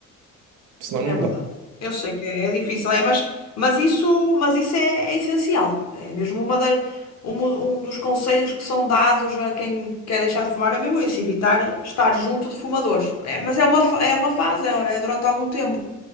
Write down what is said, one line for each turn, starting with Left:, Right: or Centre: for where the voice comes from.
Right: senão não
Left: é verdade.
Right: dá.
Left: Eu sei que é, é difícil, é, mas, mas isso, mas isso é, é essencial. É mesmo uma da, um, um dos conselhos que são dados a quem quer deixar de fumar, é mesmo esse, evitar estar junto de fumadores. É, mas é uma, fa- é uma fase, é, é durante algum tempo.